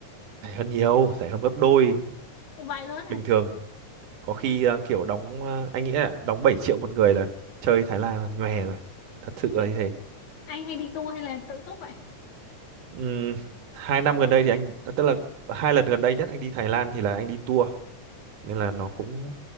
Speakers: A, on the right; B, on the left.
A: rẻ hơn nhiều rẻ hơn gấp đôi
B: vậy luôn à
A: bình thường có khi à, kiểu đóng à, anh nghĩ là đóng 7 triệu một người là chơi Thái Lan là nhòe rồi thật sự là
B: Hay
A: như
B: chưa?
A: thế
B: anh hay đi tour hay là tự túc vậy
A: Ừm, hai năm gần đây thì anh ờ, tức là hai lần gần đây nhất anh đi Thái Lan thì là anh đi tour nên là nó cũng